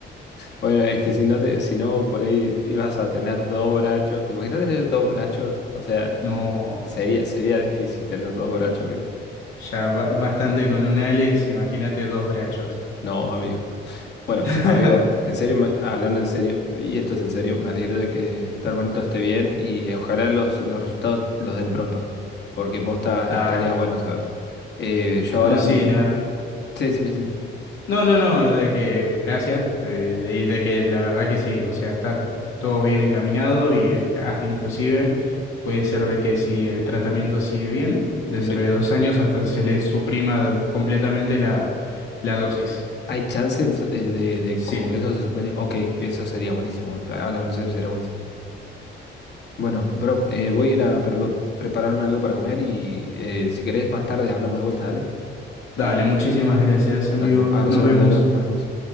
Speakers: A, on the left; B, on the left.
A: Bueno, es que si no te, si no por ahí ibas a tener dos brazos. ¿Te imaginas tener dos brazos? O sea,
B: No,
A: sería, sería difícil tener dos brazos, amigo.
B: ya ba- bastante con un Alex, imagínate dos brachos.
A: No, amigo. Bueno,
B: <laughs>
A: amigo, en serio, me- hablando en serio, y esto es en serio, me alegro de que tu hermanito esté bien y ojalá los, los resultados los den pronto, porque posta
B: Dale.
A: estaría bueno saberlo. Eh, yo
B: No,
A: ahora...
B: sí,
A: mm,
B: la...
A: Sí, sí, sí.
B: No, no, no, de que gracias, eh, de, de que la verdad que sí, o sea, está todo bien encaminado y está- hasta inclusive puede ser de que si el tratamiento sigue bien, dentro
A: Sí.
B: de dos años hasta se le suprima completamente la, la dosis.
A: ¿Hay chances eh, de, de
B: Sí.
A: como que eso se supere? Ok, eso sería buenísimo. Hablando en serio, sería buenísimo. Bueno, bro, eh, voy a ir a pre- prepararme algo para comer y eh, si querés más tarde hablamos de vuelta, dale.
B: Dale, muchísimas gracias, amigo.
A: Dale, abrazo
B: Nos
A: grande,
B: vemos.
A: bro. Nos vemos.